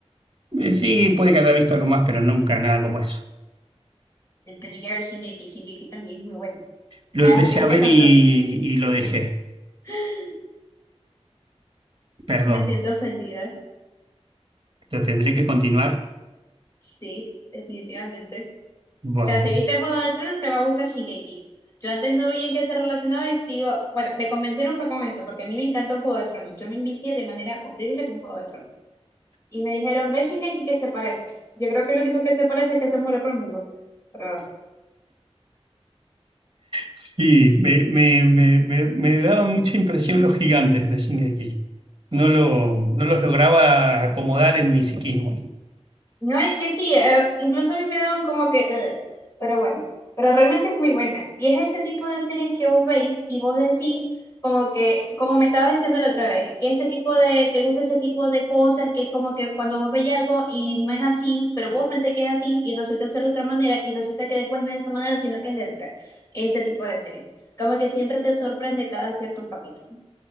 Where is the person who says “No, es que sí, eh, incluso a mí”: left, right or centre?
Left